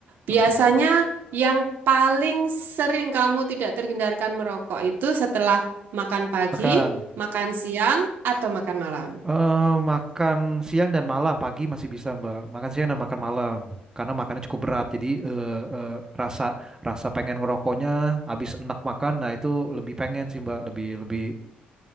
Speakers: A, on the right; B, on the right.
A: Oke.
B: Biasanya yang paling sering kamu tidak terhindarkan merokok itu setelah makan pagi,
A: Makan.
B: makan siang, atau makan malam.
A: eh makan siang dan malam, pagi masih bisa Mbak. Makan siang dan makan malam. Karena makannya cukup berat, jadi eh, eh, rasa rasa pengen ngerokoknya habis enak makan, nah itu lebih pengen sih Mbak, lebih lebih